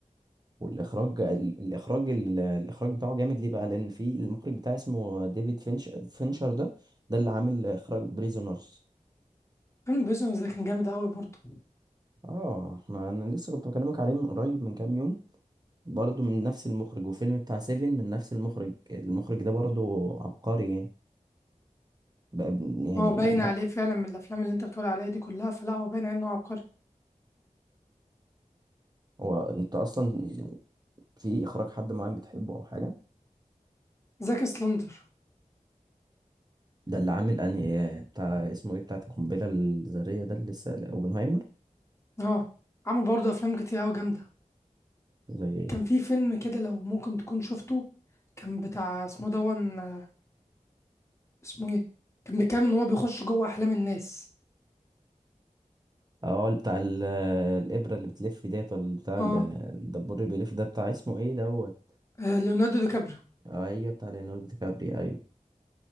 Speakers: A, on the right; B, on the left.
A: والاخراج ال- الاخراج ال- الاخراج بتاعه جامد ليه بقى لان في المخرج بتاعه اسمه ديفيد فينش فينشر ده ده اللي عامل اخراج بريزونرز
B: فيلم بريزون ده كان جامد قوي برضه
A: اه احنا انا لسه كنت بكلمك عليه من قريب من كام يوم برضه من نفس المخرج وفيلم بتاع سيفن من نفس المخرج المخرج ده برضه عبقري يعني بقى ب- يعني
B: هو باين
A: لا
B: عليه فعلا من الافلام اللي انت بتقول عليها دي كلها فلا هو باين عليه انه عبقري
A: هو انت اصلا في اخراج حد معين بتحبه او حاجه
B: زاك سلندر
A: ده اللي عامل انهي بتاع اسمه ايه بتاع القنبله الذريه ده اللي لسه اوبنهايمر
B: اه عمل برضه افلام كتير قوي جامده
A: زي ايه
B: كان في فيلم كده لو ممكن تكون شفته كان بتاع اسمه دون آه، اسمه ايه كان بيتكلم ان هو بيخش جوه احلام الناس
A: اه اللي بتاع ال- الابره اللي بتلف ديت ولا بتاع
B: اه
A: ال- الدبور اللي بيلف ده بتاع اسمه ايه دوت
B: آه، ليوناردو دي كابريو
A: آه، ايوه بتاع ليوناردو دي كابري ايوه